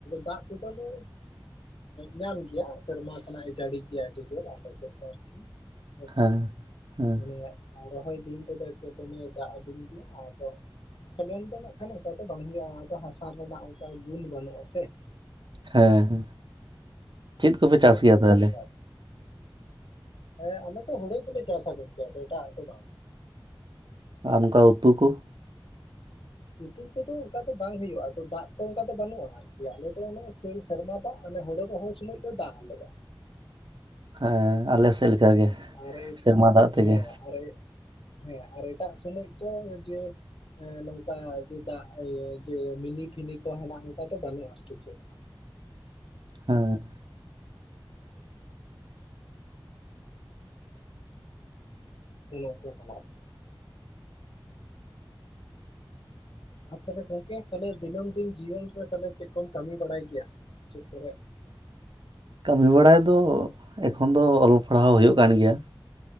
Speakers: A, on the left; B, on the right.
A: ᱫᱟᱜ ᱛᱮᱫᱚ ᱞᱮ ᱧᱟᱢ ᱜᱮᱭᱟ ᱥᱮᱨᱢᱟ ᱠᱷᱚᱱᱟᱜ ᱮ ᱡᱟᱹᱲᱤ ᱜᱮᱭᱟ, ᱟᱹᱰᱤ ᱡᱳᱨ ᱟᱞᱮ ᱥᱮᱫ ᱫᱚ ᱟᱨᱠᱤ᱾ ᱦᱮᱸᱥᱮ,
B: ᱦᱮᱸ ᱦᱮᱸ
A: ᱢᱟᱱᱮ ᱨᱚᱦᱚᱭ ᱫᱤᱱ ᱛᱮᱫᱚ ᱫᱚᱢᱮ ᱫᱟᱜ ᱟᱵᱤᱱ ᱜᱮᱭᱟ ᱟᱫᱚ ᱯᱷᱚᱞᱚᱱ ᱫᱚ ᱱᱟᱜ ᱠᱷᱟᱱ ᱚᱱᱠᱟ ᱫᱚ ᱵᱟᱝ ᱦᱳᱭᱳᱜᱼᱟ, ᱟᱫᱚ ᱦᱟᱥᱟ ᱨᱮᱱᱟᱜ ᱚᱱᱠᱟ ᱜᱩᱱ ᱵᱟᱹᱱᱩᱜᱼᱟ ᱥᱮ᱾
B: ᱦᱮᱸ ᱦᱮᱸ, ᱪᱮᱫ ᱠᱚᱯᱮ
A: ᱟᱫᱚ
B: ᱪᱟᱥ
A: ᱚᱱᱟᱛᱮ
B: ᱜᱮᱭᱟ ᱛᱟᱦᱚᱞᱮ?
A: ᱚᱱᱠᱟ ᱦᱮᱸ ᱟᱞᱮᱫᱚ ᱦᱳᱲᱳ ᱜᱮᱞᱮ ᱪᱟᱥᱟ, ᱜᱚᱝᱠᱮ ᱟᱫᱚ ᱮᱴᱟᱜ ᱫᱚ ᱵᱟᱝ?
B: ᱟᱨ ᱚᱱᱠᱟ ᱩᱛᱩ ᱠᱚ?
A: ᱩᱛᱩ ᱠᱚᱫᱚ ᱚᱱᱠᱟ ᱫᱚ ᱵᱟᱝ ᱦᱳᱭᱳᱜᱼᱟ, ᱟ ᱫᱟᱜ ᱛᱚ ᱚᱱᱠᱟ ᱫᱚ ᱵᱟᱹᱱᱩᱜᱼᱟ ᱟᱨᱠᱤ, ᱟᱞᱮ ᱫᱚ ᱚᱱᱮ ᱥᱤᱱᱥ ᱥᱮᱨᱢᱟ ᱫᱟᱜ ᱦᱳᱲᱳ ᱨᱚᱦᱚᱭ ᱥᱳᱚᱢᱚᱭ ᱫᱚ ᱫᱟᱜ ᱟᱞᱮᱭᱟ᱾
B: ᱦᱮᱸ ᱟᱞᱮ ᱥᱮᱫ ᱞᱮᱠᱟ ᱜᱮ᱾
A: ᱟᱨᱮ
B: ᱥᱮᱨᱢᱟ ᱫᱟᱜ ᱛᱮᱜᱮ
A: ᱦᱮᱸ ᱟᱨᱮ ᱦᱮᱸ ᱟᱨ ᱮᱴᱟᱜ ᱥᱚᱢᱚᱭ ᱫᱚ ᱡᱮ ᱱᱚᱝᱠᱟ ᱡᱮ ᱫᱟᱜ ᱡᱮ ᱢᱤᱱᱤ ᱯᱷᱤᱱᱤ ᱠᱚ ᱦᱮᱱᱟᱜᱼᱟ, ᱚᱱᱠᱟ ᱫᱚ ᱵᱟᱹᱱᱩᱜ ᱟᱨᱠᱤ ᱪᱮᱫ ᱦᱚᱸ᱾
B: ᱦᱮᱸ,
A: ᱚᱱᱮ ᱚᱱᱠᱟ ᱠᱟᱱᱟ ᱟᱨᱠᱤ᱾ ᱟᱨ ᱛᱟᱦᱚᱞᱮ ᱜᱚᱝᱠᱮ ᱛᱟᱦᱚᱞᱮ ᱫᱤᱱᱟᱹᱢ ᱫᱤᱱ ᱡᱤᱭᱚᱱ ᱨᱮ, ᱛᱟᱦᱞᱮ ᱪᱮᱫ ᱠᱚᱢ ᱠᱟᱹᱢᱤ ᱵᱟᱲᱟᱭ ᱜᱮᱭᱟ ᱪᱮᱫ ᱠᱚᱨᱮ᱾
B: ᱠᱟᱹᱢᱤ ᱵᱟᱲᱟᱭ ᱫᱚ, ᱮᱠᱷᱚᱱ ᱫᱚ ᱚᱞ ᱯᱟᱲᱦᱟᱣ ᱦᱳᱭᱳᱜ ᱠᱟᱱ ᱜᱮᱭᱟ᱾